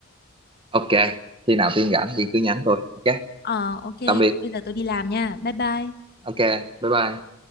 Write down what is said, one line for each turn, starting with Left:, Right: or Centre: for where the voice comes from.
Right: ok khi nào Tiên rảnh Tiên cứ nhắn tôi ok
Left: Ờ ok
Right: tạm biệt
Left: bây giờ tôi đi làm nha Bye bye
Right: ok bye bye